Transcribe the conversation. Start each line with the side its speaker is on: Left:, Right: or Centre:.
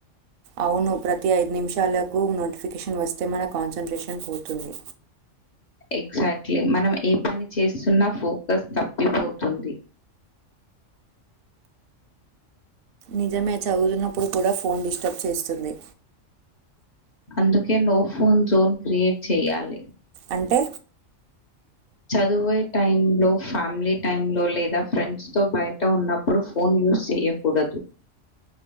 Right: అవును ప్రతి ఐదు నిమిషాలకు నోటిఫికేషన్ వస్తే మన కాన్సంట్రేషన్ పోతుంది
Left: ఎక్ ఎగ్సాక్ట్లీ మనం ఏ పని చేస్తున్నా ఫోకస్ తప్పిపోతుంది
Right: నిజమే చదువున్నప్పుడు కూడా ఫోన్ డిస్టర్బ్ చేస్తుంది
Left: అందుకే నో ఫోన్ జోన్ క్రియేట్ చెయాలి
Right: అంటే
Left: చదువే టైం లో ఫ్యామిలీ టైం లో లేదా ఫ్రెండ్స్ తో బయట ఉన్నప్పుడు ఫోన్ యూస్ చెయ్యకూడదు